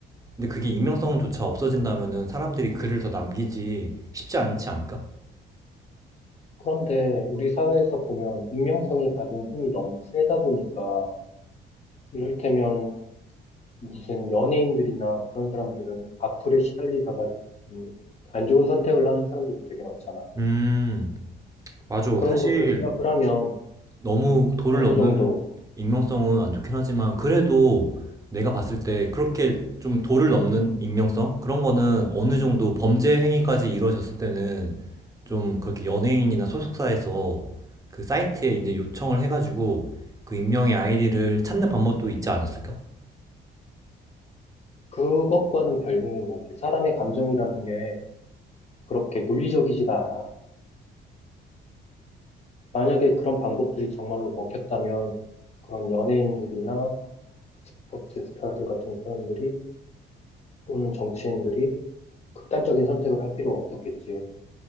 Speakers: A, on the right; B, on the left.
A: 근데 그게 익명성조차 없어진다면은 사람들이 글을 더 남기지 쉽지 않지 않을까?
B: 그런데 우리 사회에서 보면 익명성이 가진 힘이 너무 세다 보니까 이를테면 무슨 연예인들이나 그런 사람들은 악플에 시달리다가 음, 안 좋은 선택을 하는 사람들도 되게 많잖아.
A: 음, 맞아.
B: 그런
A: 사실
B: 것도 생각을 하면
A: 너무
B: 음,
A: 도를
B: 어느
A: 넘는
B: 정도
A: 음, 익명성은 안 좋긴 하지만 그래도 내가 봤을 때 그렇게 좀 도를 넘는 익명성? 그런 거는 어느 정도 범죄 행위까지 이루어졌을 때는 좀 그렇게 연예인이나 소속사에서 그 사이트에 이제 요청을 해가지고 그 익명의 아이디를 찾는 방법도 있지 않았을까?
B: 그것과는 별개인 것 같아. 사람의 감정이라는 게 그렇게 논리적이지가 않아. 만약에 그런 방법들이 정말로 먹혔다면 그런 연예인들이나 스포츠 스타들 같은 사람들이 또는 정치인들이 극단적인 선택을 할 필요가 없었겠지.